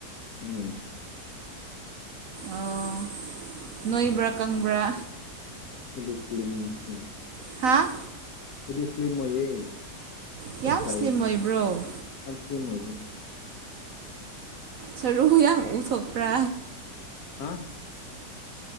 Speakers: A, on the left (about 60°); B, on the right (about 70°).
A: ꯎꯝ
B: ꯑꫭ ꯅꯣꯏꯕ꯭ꯔꯥ ꯀꯪꯕ꯭ꯔꯥ
A: ꯁꯂꯤꯁꯂꯤꯝ <unintelligible>
B: ꯍꯥꯥ
A: ꯑꯩꯗꯤ ꯏꯁ꯭ꯂꯤꯝ ꯑꯣꯏꯌꯦ
B: ꯌꯥꯝ
A: ꯆꯞ ꯆꯥꯏ
B: ꯁ꯭ꯂꯤꯝ
A: ꯑꯗꯨꯅ
B: ꯑꯣꯏꯕ꯭ꯔꯣ
A: ꯌꯥꯝ <unintelligible> ꯏꯁ꯭ꯂꯤꯝ ꯑꯣꯏꯗ
B: ꯁꯔꯨ ꯌꯥꯝ ꯎꯊꯣꯛꯄ꯭ꯔꯥ
A: ꯍꯥ